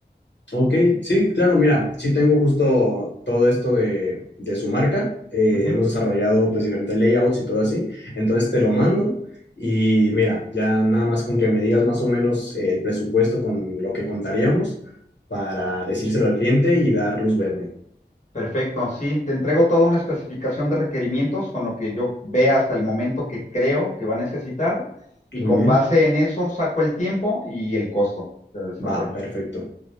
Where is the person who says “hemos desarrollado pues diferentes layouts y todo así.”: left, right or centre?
Left